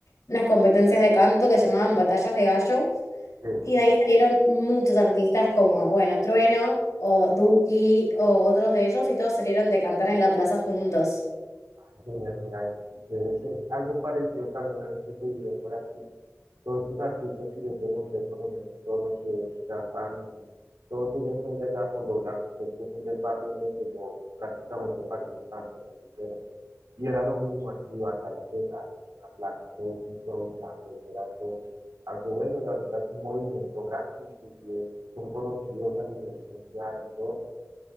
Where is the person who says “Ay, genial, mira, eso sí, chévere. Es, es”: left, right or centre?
Right